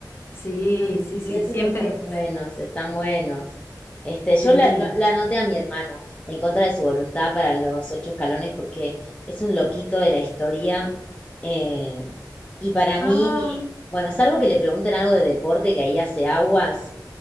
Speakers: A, on the left (about 35°); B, on the left (about 20°).
A: Sí,
B: Ay,
A: sí,
B: sí,
A: sí,
B: esos
A: siempre,
B: están buenos, están buenos. Este,
A: sí.
B: yo la- la- lo anoté a mi hermano en contra de su voluntad para los ocho escalones porque es un loquito de la historia. eh, y para mí,
A: Ah,
B: bueno, salvo que le pregunten algo de deporte que ahí hace aguas,